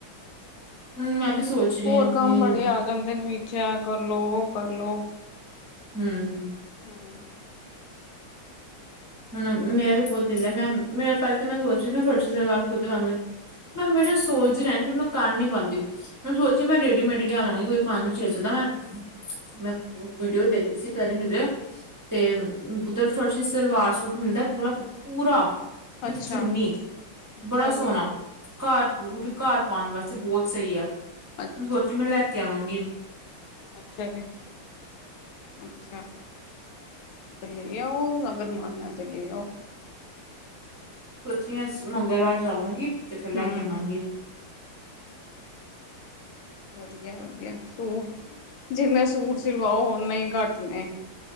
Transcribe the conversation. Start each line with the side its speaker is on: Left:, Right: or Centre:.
Right: ਹੁਣ ਮੈਂ ਵੀ ਸੋਚ ਰਹੀ
Left: ਹੋਰ
Right: ਹਾਂ ਕਿ
Left: ਕੰਮ ਬੜੇ ਆ ਜਾਂਦੇ ਨੇ ਵੀਚ ਚੈਕ ਕਰ ਲਓ ਉਹ ਕਰ ਲਓ
Right: ਹਮ
Left: <inaudible>
Right: ਮੈਂ ਮੇਰਾ ਵੀ ਬਹੁਤ ਦਿਲ ਹੈ ਮੈਂ ਮੇਰਾ ਪਹਿਲਾਂ ਤਾਂ ਮੈਂ ਸੋਚ ਸੀ ਮੈਂ ਫਰਸ਼ੀ ਸਲਵਾਰ ਖੁਦੈਂ ਮੇ ਸੋਚਦੀ ਰਹਦੀ ਪਰ ਮੈਂ ਕਰ ਨੀ ਪਾਉਂਦੀ ਮ ਸੋਚ ਮੈਂ ਰੇਡੀਮੇਡ ਹੀ ਲਿਆਵਾਂਗੀ ਕੋਈ ਪੰਜ ਸੌ ਛੇ ਸੌ ਦਾ ਮੈਂ ਮੈਂ ਵੀਡੀਓ ਦੇਖੀ ਸੀ ਕ ਕਿਧ ਤੇ ਉਧਰ ਫਰਸ਼ੀ ਸਲਵਾਰ ਸੂ ਸੂ ਮਿਲਦਾ ਪੂਰਾ-ਪੂਰਾ- ਵਿਚ
Left: ਅੱਛਾ
Right: ਚੁੰਨੀ
Left: ਅੱਛਾ
Right: ਬੜਾ
Left: ਜੀ
Right: ਸੋਹਣਾ ਘਰ ਉਹ ਵੀ ਘਰ ਪਾਉਣ ਵਾਸਤੇ ਬਹੁਤ ਸਹੀ ਹੈ
Left: ਅੱਛਾ
Right: ਮ ਸੋਚ ਮੈਨ ਲੈ ਕੇ ਕੈਵਾਂਗੀ
Left: ਅੱਛਾ ਜੀ, ਅੱਛਾ ਤੇ ਲੇ ਆਓ ਅਗਰ ਮੰਨ ਹੈ ਤੇ ਲੇ ਆਓ
Right: ਸਚੀ ਅਐ ਮੰਗਲਵਾਰ ਜਾਵਾਂਗੇ ਤੇ ਫਿਰ ਲੈ
Left: ਹਮ
Right: ਕੇ ਆਵਾਂਗੀਂ
Left: ਵਧੀਆ-ਵਧੀਆ ਸੂਟ ਜਿੰਨੇ ਸੂਟ ਸਿਲਵਾਓ ਓਨੇ ਹੀ ਘੱਟ ਨੇ